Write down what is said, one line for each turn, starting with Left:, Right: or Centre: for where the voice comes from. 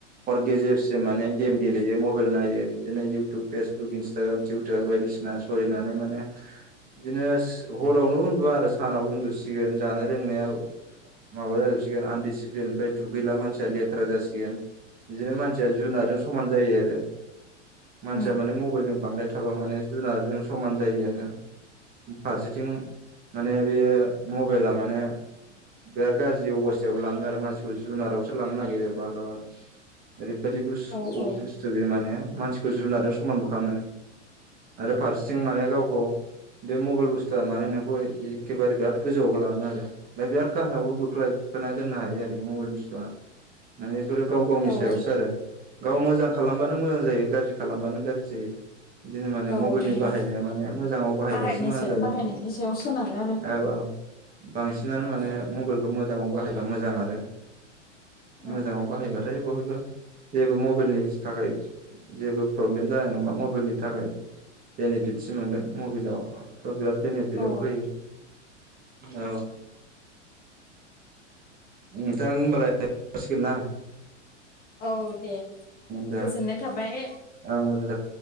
Right: गेजेरसे माने गेम गेलेयो मबाइल नायो बिदिनो इउटुब फेसबुक इनसटाग्राम टुइटार बायदिसिना सोलिनानै माने बिदिनो हरावनो उन्दुा आरो सानावबो उन्दुसिगोन जानाय लोंनायाव माबा जोबसिगोन आनडिसिप्लिन ओमफ्राय दुगैला मानसिया लेथ्रा जासिगोन बिदिनो मानसिया जु समान जायो आरो मानसिया
Left: उम
Right: माने मबाइलजों बांद्राय थाबा माने जुनारजों समान जायो आरो फारसेथिं माने बेयो मबाइला माने बिराद गाज्रि अबस्थायावबो लाङो आरो मानसिखौ जुनारावसो लांनो नागिरो मालाबा ओरैबादि
Left: औ
Right: अ
Left: औ
Right: बुस्थु जे माने मानसिखौ जुनारजों समानबो खालामो आरो फारसेथिं माने गावखौ बे मबाइल बुस्थुआ माने नोंखौ एखेबारे बिराद गोजौआवबो लाङो आरो ओमफ्राय बिराद गाहायावबो बोख्लाय खोना दोननो हायो आरोखि मबाइल बुस्सुआ माने बेफोरो गाव गावनि
Left: औ
Right: सायावसो आरो गाव मोजां खालामबानो मोजां जायो गाज्रि खालामबानो गाज्रि जायो बिदिनो माने
Left: औ
Right: मबेलनि
Left: नंगौ
Right: बाहायनाया माने मोजाङाव बाहायबासो
Left: बाहायनि
Right: मोजां
Left: सायाव
Right: जागोन
Left: बाहायनायनि सायाव सोनारो
Right: औ औ बांसिनानो माने
Left: आरो
Right: मबेलखौ मोजाङाव बाहायबा मोजां आरो
Left: औ
Right: मोजाङाव बाहायबा थ' <unintelligible> जेबो मबेलनिस थाखाय जेबो प्रब्लेम जानाय नङा मबेलनि थाखाय बेनिफिटसो मोनगोन मबेलावथ' बिराद बेनिफिटआव
Left: औ
Right: होयो औ नोंथां होनबालाय जासिगोन ना
Left: औ दे
Right: दे
Left: गोजोननाय थाबाय
Right: ओं <unintelligible>